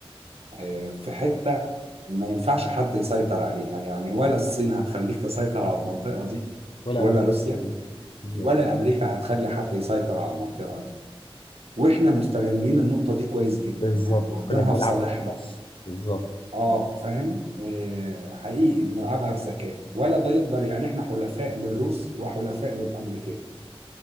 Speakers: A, on the right; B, on the left.
A: آه، في حتة ما ينفعش حد يسيطر عليها يعني ولا الصين هتخليك تسيطر على المنطقة دي
B: ولا
A: ولا
B: امريكا
A: روسيا
B: كانت عاملة. بالظبط
A: ولا أمريكا هتخلي حد يسيطر على المنطقة دي وإحنا مستغلين النقطة دي كويس جدا
B: بالظبط
A: يعني واخدينها
B: كنا بنلعب
A: في صالحنا
B: في النص بالظبط
A: اه فاهم آه حقيقي بنلعبها بذكاء ولا ده يقدر يعني احنا حلفاء للروس وحلفاء للامريكان